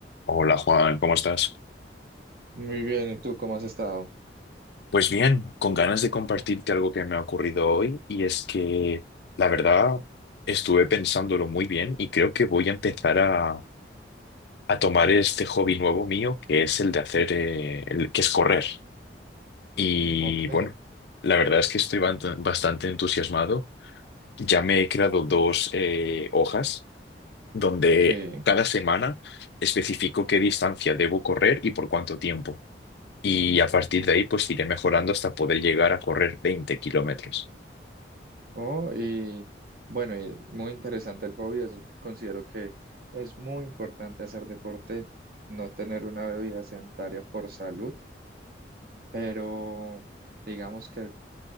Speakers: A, on the left; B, on the right.
A: Hola Juan, ¿cómo estás?
B: Muy bien, ¿y tú cómo has estado?
A: Pues bien, con ganas de compartirte algo que me ha ocurrido hoy y es que la verdad estuve pensándolo muy bien y creo que voy a empezar a, a tomar este hobby nuevo mío que es el de hacer, eh, el- que es correr. Y
B: Ok,
A: bueno, la verdad es que estoy bant- bastante entusiasmado. Ya me he creado dos eh, hojas donde
B: sí.
A: cada semana especifico qué distancia debo correr y por cuánto tiempo. Y a partir de ahí, pues iré mejorando hasta poder llegar a correr veinte kilómetros.
B: Oh, y bueno, y muy interesante el hobby. es- considero que es muy importante hacer deporte, no tener una bebida sedentaria por salud, pero digamos que